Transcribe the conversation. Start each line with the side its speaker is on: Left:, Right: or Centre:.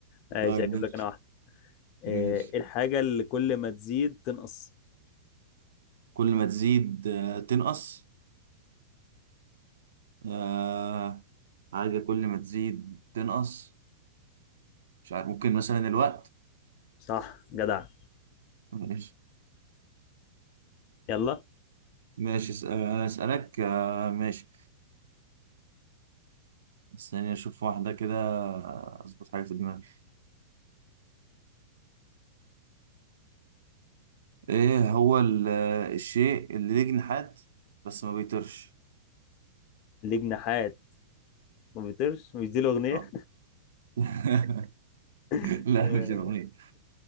Left: ماشي
Right: طيب
Left: هجيب
Right: ماشي
Left: لك انا واحده آه،
Right: ماشي
Left: ايه الحاجه اللي كل ما تزيد تنقص
Right: كل ما تزيد آه تنقص آه حاجة كل ما تزيد تنقص مش عارف ممكن مثلا الوقت
Left: صح جدع
Right: ماشي
Left: يلا
Right: ماشي اس- آه، انا اسألك آه ماشي استني اشوف واحدة كده اظبط حاجة في دماغي ايه هو ال- الشيء اللي ليه جناحات بس ما بيطيرش
Left: ليه جناحات ما بيطيرش مش دي الاغنيه
Right: آه. <laughs>
Left: <laughs>
Right: لا
Left: آه،
Right: مش الأغنية